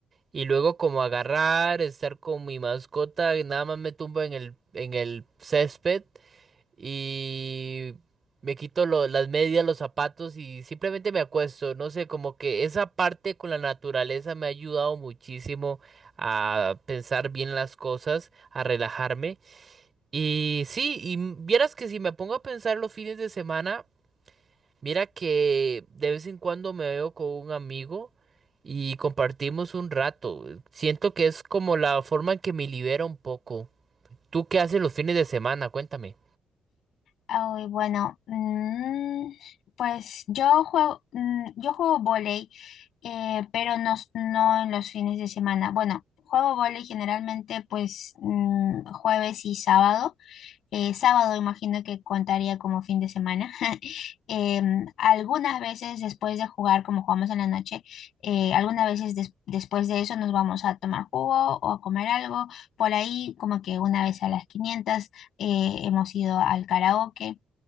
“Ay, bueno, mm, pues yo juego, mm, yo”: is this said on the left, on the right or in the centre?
Left